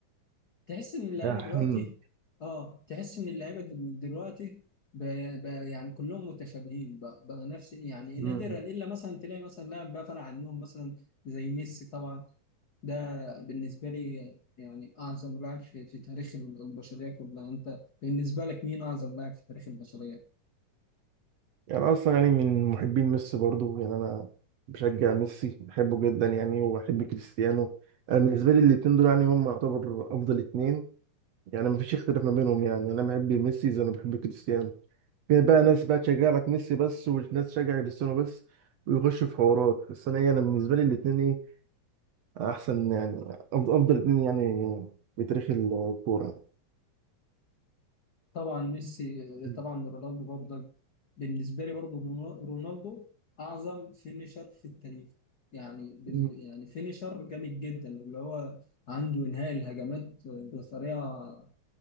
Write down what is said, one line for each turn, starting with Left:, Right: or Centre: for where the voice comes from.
Left: تحس إن اللعيبة
Right: ده احنا
Left: دلوقتي اه تحس إن اللعيبة دل- دلوقتي بقى بقى يعني كلهم متشابهين بقى, بقى نفس يعني
Right: مم.
Left: نادرا إلا مثلا تلاقي مثلا لاعب بقى فرق عنهم مثلا زي ميسي طبعا ده بالنسبة لي يعني أعظم لاعب في, في تاريخ البشرية كلها أنت بالنسبة لك مين أعظم لاعب في تاريخ البشرية؟
Right: يعني اصلا يعني من محبين ميسي برضو يعني انا بشجع ميسي بحبه جدا يعني وبحب كريستيانو انا بالنسبه لي الاتنين دول يعني هم يعتبر افضل اتنين يعني مفيش اختلاف ما بينهم يعني انا بحب ميسي زي ما بحب كريستيانو في بقى ناس بقى تشجع لك ميسي بس وناس تشجع كريستيانو بس ويخشوا في حوارات بس انا إيه، انا بالنسبه لي الاتنين ايه احسن يعني أفض- افضل اتنين يعني في تاريخ الكوره
Left: طبعا ميسي
Right: مم.
Left: طبعا رونالدو برضه بالنسبة لي برضه رون- رونالدو أعظم فينيشر في التاريخ يعني بال
Right: مم.
Left: يعني فينيشر جامد جدا اللي هو عنده إنهاء الهجمات بطريقة